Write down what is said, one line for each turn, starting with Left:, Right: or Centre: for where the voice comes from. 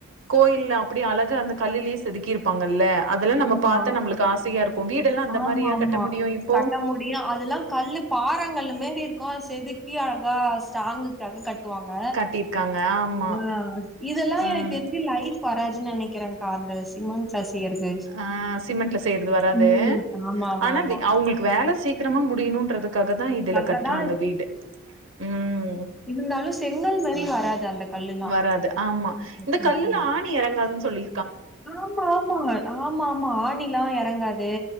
Right: கோயில்ல அப்டே அழகா அந்த கல்லுலே செதுக்கிருப் பாங்கல்ல அதெல்லா நம்ம
Centre: ஆமா
Right: பாத்தா நம்மளுக்கு ஆசையா இருக்கு வீடெல்லா அந்த
Centre: ஆமா
Right: மாரியா
Centre: ஆமா
Right: கட்ட முடியு இப்போ
Centre: கட்ட முடியு அதுல்லா கல்லு பாரங்கள் மாரி இருக்கும் செதுக்கி அழகா ஸ்ட்ராங்கு அது கட்டுவாங்க
Right: கட்டியிருக்காங்க. ஆமா.
Centre: ஆஹ இதெல்லாம்
Right: ம்.
Centre: எனக்கு தெரிஞ்ச லைப் இப்போ வராதுன்னு நினைக்கிறேங்க்கா அந்த சிமெண்ட்ல செய்யறது
Right: ஆஹ சிமெண்ட்ல செய்யறது வராது
Centre: ம் ஆமா ஆமா
Right: ஆனா
Centre: ஆமா
Right: அவங்களுக்கு வேலை சீக்கிரமா முடியணும்ன்றது காக தான் இதுல
Centre: தங்கதா
Right: கட்டுறாங்க வீடு ம்
Centre: இருந்தாலும் செங்கல் மாரி வராது அந்த கல்லுல்லா
Right: வராது ஆமா
Centre: ம்
Right: இந்த கல்லுல
Centre: ம் ம்
Right: ஆணி இறங்காதுன்னு சொல்லி
Centre: ஆமா ஆமா ஆமா ஆமா ஆணிலாம் இறங்காது